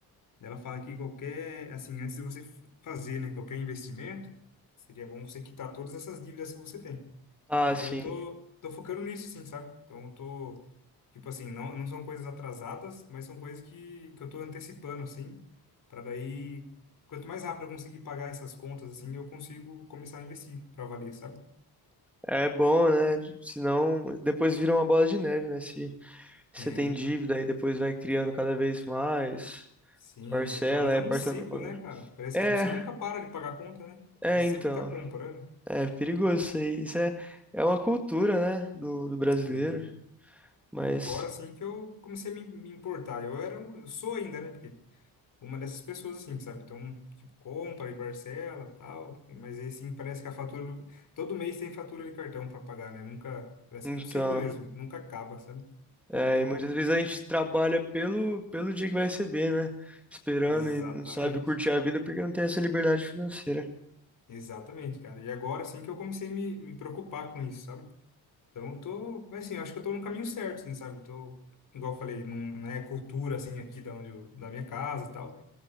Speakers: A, on the left; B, in the centre.
A: Ela fala que qualquer, assim, antes de você f- fazer, né, qualquer investimento, seria bom você quitar todas essas dívidas que você tem.
B: ah,
A: Então
B: sim.
A: eu tô, tô focando nisso, assim, sabe? Então eu tô, tipo assim, não, não são coisas atrasadas, mas são coisas que, que eu tô antecipando, assim, para daí, quanto mais rápido eu conseguir pagar essas contas, assim, eu consigo começar a investir para valer, sabe?
B: É bom, né? Senão depois vira uma bola de neve, né? Se você
A: Né,
B: tem
A: então.
B: dívida e depois vai criando cada vez mais
A: Sim,
B: parcela,
A: se torna até
B: é
A: um
B: parcela
A: ciclo,
B: pra pagar.
A: né, cara? Parece
B: É,
A: que, tipo, você nunca para de pagar a conta, né?
B: é
A: Você sempre
B: então.
A: tá comprando.
B: É perigoso isso aí. Isso é, é uma cultura, né? Do, do brasileiro.
A: É.
B: Mas,
A: E agora sim que eu comecei a me, me importar. Eu era, um- eu sou ainda, né? Porque uma dessas pessoas, assim, sabe? Então, tipo, compra e parcela tal. Mas aí, assim, parece que a fatura. do- Todo mês tem fatura de cartão pra pagar, né? Nunca. Parece
B: então.
A: que é um ciclo mesmo. Nunca acaba, sabe? Então,
B: É,
A: eu tô.
B: e muitas vezes a gente trabalha pelo, pelo dia que vai receber, né? Esperando
A: Exatamente.
B: e não sabe curtir a vida porque não tem essa liberdade financeira.
A: Exatamente, cara. E agora sim que eu comecei a me, me preocupar com isso, sabe? Então, eu tô. Mas, assim, eu acho que eu tô no caminho certo, assim, sabe? Eu tô. Igual eu falei, não, não é cultura, assim, aqui da onde eu, da minha casa tal.